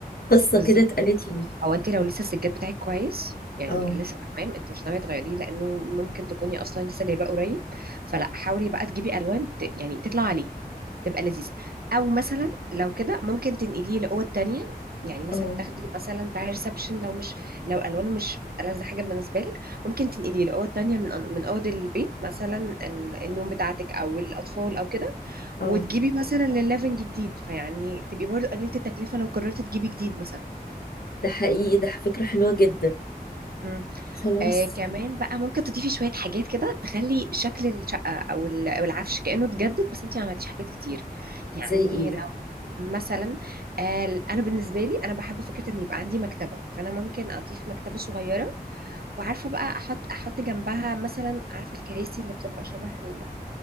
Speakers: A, on the left; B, on the right.
A: قصه
B: بالظبط.
A: كده اتقالت لي
B: او انت لو لسه السجاد بتاعك كويس يعني
A: اه
B: لسه تمام انت مش ناويه تغيريه لانه ممكن تكوني اصلا لسه جايباه قريب فلا حاولي بقى تجيبي الوان ت... يعني تطلع عليه تبقى لذيذه او مثلا لو كده ممكن تنقليه لاوض تانية يعني مثلا
A: اه
B: تاخدي مثلا بتاع ريسبشن لو مش لو الوانه مش ألذ حاجه بالنسبه لك ممكن تنقليه لاوض تانية من من اوض البيت مثلا ال- النوم بتاعتك او الاطفال او كده
A: اه
B: وتجيبي مثلا للليفنج جديد فيعني تبقي برضه قللتي التكلفه لو قررتي تجيبي جديد مثلا
A: ده حقيقي ده فكره حلوه جدا
B: مم.
A: خلاص
B: آه كمان بقى ممكن تضيفي شوية حاجات كده تخلي شكل الشقة أو ال- أو العفش كأنه اتجدد بس أنتي ما عملتيش حاجات كتير يعني
A: زي ايه
B: لو مثلا آه أنا بالنسبة لي أنا بحب فكرة إن يبقى عندي مكتبة فأنا ممكن أضيف مكتبة صغيرة وعارفة بقى أحط أحط جنبها مثلا عارفة الكراسي اللي بتبقى شبه ال-